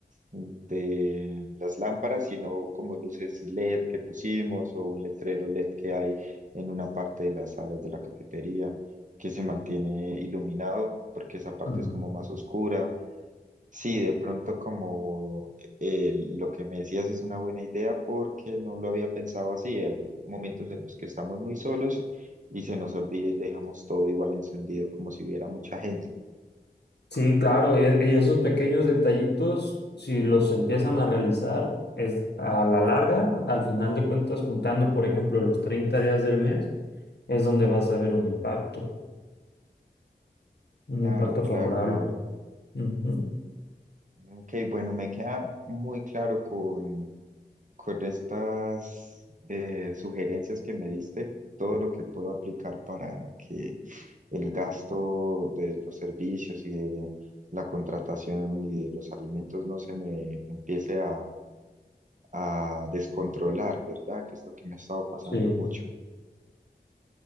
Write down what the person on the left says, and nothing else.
Mm.
Sí, claro, y, y esos pequeños detallitos, si los empiezan a realizar, es a la larga, al final de cuentas, juntando, por ejemplo, los 30 días del mes, es donde vas a ver un impacto, un
impacto
favorable.
Ujú,
Sí.